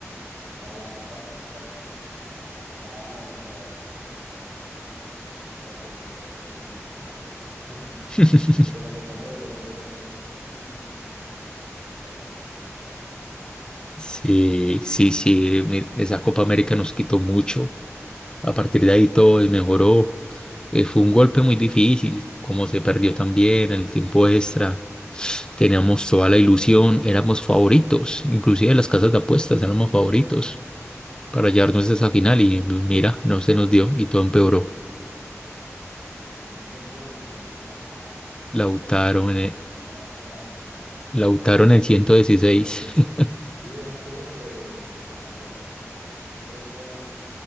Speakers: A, on the right; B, on the left.
A: para la Copa América estábamos ya diciendo que, que no, la selección va para el Mundial con toda.
B: <laughs>
A: Y después de la Copa América ya como que mm, está difícil, la vemos.
B: Sí, sí, sí, mi- esa Copa América nos quitó mucho. A partir de ahí todo desmejoró. Eh, fue un golpe muy difícil, como se perdió también en el tiempo extra. Teníamos toda la ilusión, éramos favoritos, inclusive las casas de apuestas éramos favoritos para llevarnos
A: No,
B: a esa final y pues, mira, no se nos dio y todo empeoró.
A: ¿Quién hizo el gol? El Lautaro.
B: Lautaron
A: Oigan,
B: en
A: estos
B: el,
A: días la, <laughs> la final.
B: Lautaro en el 116. <laughs>
A: Sí, son cosas de, de campeones. Yo por eso